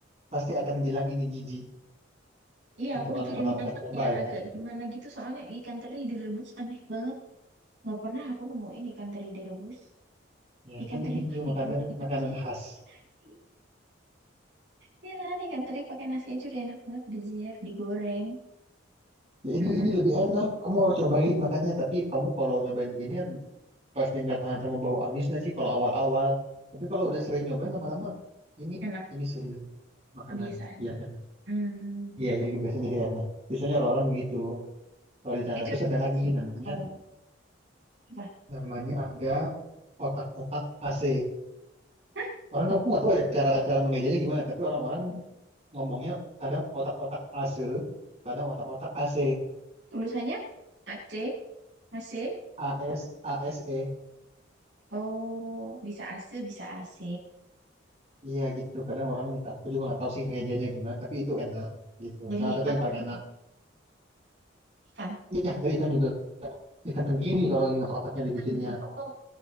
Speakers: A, on the right; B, on the right.
A: pasti akan bilang ini jijik
B: iya
A: untuk
B: aku
A: orang
B: mikirin
A: yang pertama
B: aja
A: kali coba
B: kayak
A: ya
B: agak gimana gitu. Soalnya ikan teri direbus aneh banget. Nggak pernah aku nemuin ikan teri direbus.
A: ya
B: Ikan
A: kan
B: teri
A: ini
B: mah
A: juga
B: digoreng
A: makanan
B: aja.
A: makanan khas
B: pakai Nasi. Iya kan ikan teri pakai nasi aja udah enak banget. Bejer digoreng.
A: ya ini
B: Mm,
A: ini lebih enak kamu harus cobain makanya tapi kamu kalau nyobain beginian pasti nggak tahan sama bau amisnya sih kalau awal-awal tapi kalau udah sering nyobain lama-lama ini
B: enak
A: ini surga makanan
B: kebiasaan.
A: ya enak
B: Hmm,
A: iya jadi biasanya jadi enak biasanya orang-orang begitu Kalau di sana
B: itu
A: terus
B: yang
A: ada lagi namanya
B: kalau apa?
A: namanya ada otak-otak AC.
B: Hah?
A: Orang aku nggak tahu ya cara cara mengejanya gimana, tapi orang-orang ngomongnya kadang otak-otak AC, kadang otak-otak AC,
B: Tulisannya AC, AC.
A: AS, ASE.
B: Oh, bisa AC, bisa AC.
A: Iya gitu. Kadang orang aku juga nggak tahu sih ngejanya gimana, tapi itu enak gitu.
B: Dari
A: Salah satu
B: apa?
A: yang paling
B: Ikan.
A: enak.
B: Ikan.
A: Iya, dari ikan juga ikan tenggiri kalau ingat otaknya dibikinnya.
B: tenggiri. Oh,